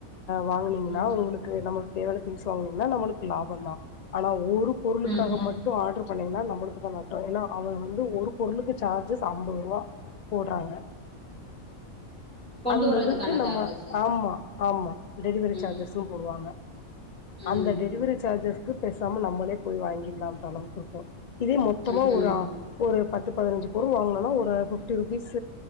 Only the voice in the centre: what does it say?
ம்
ம் ம்
கொண்டு
வர்றதுக்கான
சார்ஜஸ்
ம்
ம்
ம் ம்
ம்